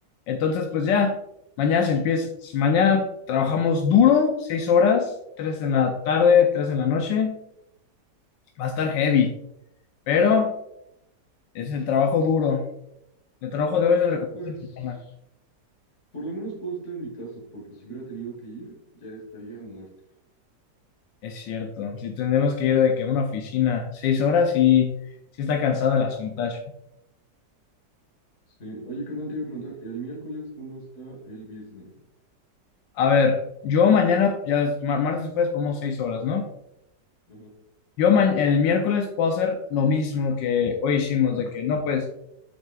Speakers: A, on the left; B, on the left.
A: Entonces, pues ya, mañana se empieza. Mañana trabajamos duro, 6 horas, 3 en la tarde, 3 en la noche. Va a estar heavy, pero es el trabajo duro. El trabajo de hoy es el
B: Ah,
A: recompensa
B: pues...
A: mexicana.
B: Por lo menos puedo estar en mi casa, porque si hubiera tenido que ir, ya estaría muerto.
A: Es cierto. Si tenemos que ir de que a una oficina 6 horas, sí, sí está cansado el asuntacho.
B: Sí, oye, canal, te iba a preguntar, el miércoles, ¿cómo está el business?
A: A ver, yo mañana, ya es ma- martes y jueves ponemos seis horas, ¿no?
B: Ajá.
A: Yo ma- el miércoles puedo hacer lo mismo que hoy hicimos, de que no, pues